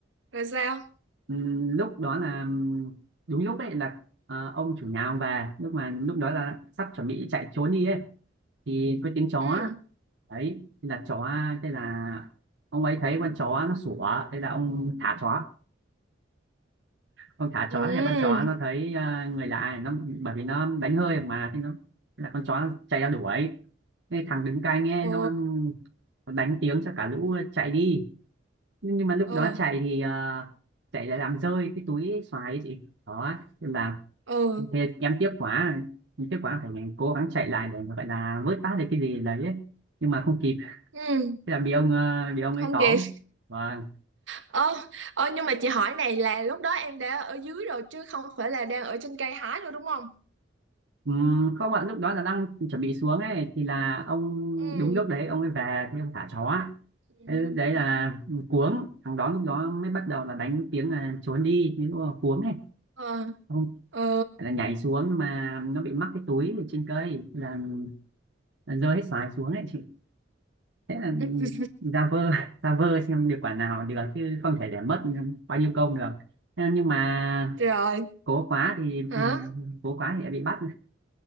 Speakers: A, on the right; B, on the right.
A: rồi sao
B: ừm, lúc đó là ừm, đúng lúc ấy là ờ, ông chủ nhà ông về lúc mà lúc đó là sắp chuẩn bị chạy trốn đi ấy thì có tiếng chó
A: ừ
B: đấy thế là chó thế là ông ấy thấy con chó nó sủa thế là ông thả chó con thả
A: ừ
B: chó thì con chó nó thấy à, người lạ nó bởi vì nó đánh hơi mà thế nó thế là con chó nó chạy ra đuổi Thế thằng đứng cai nghe
A: ờ
B: nó đánh tiếng cho cả lũ chạy đi nhưng nhưng mà lúc
A: ờ
B: đó chạy thì ờ, chạy lại làm rơi cái túi xoài ấy chị đó nên là
A: ừ
B: thế em tiếc quá em tiếc quá phải cố gắng chạy lại để mà gọi là vớt phát được cái gì đấy ấy. nhưng mà không kịp
A: ừ
B: thế là bị ông ờ, bị ông ấy
A: không
B: tóm
A: kịp
B: và
A: ơ ơ nhưng mà chị hỏi này là lúc đó em đã ở dưới rồi chứ không phải là đang ở trên cây hái nữa đúng không
B: Ừm, không ạ lúc đó là đang chuẩn bị xuống ấy thì là ông
A: ừ
B: đúng lúc đấy ông ấy về thì ông thả chó ạ.
A: ừ
B: Thế lúc đấy là cuống thằng đó lúc đó mới bắt đầu là đánh tiếng là trốn đi nhưng mà cuống ấy
A: ờ
B: ông
A: ờ
B: là nhảy xuống nhưng mà nó bị mắc cái túi ở trên cây là, là rơi hết xoài xuống ấy chị thế là
A: ừ
B: ra vơ <laughs> ra vơ xem được quả nào được chứ không thể để mất bao nhiêu công được Thế nhưng mà
A: rồi
B: cố quá thì
A: hả
B: cố quá thì lại bị bắt